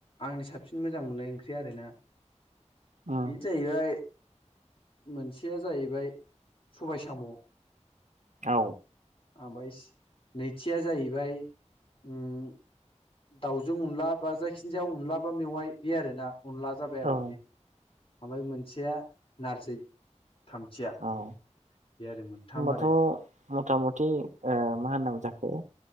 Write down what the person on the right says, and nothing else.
औ
औ।
औ
औ
होमबाथ'
मथा मथि ओ मा होननांगौ जाखो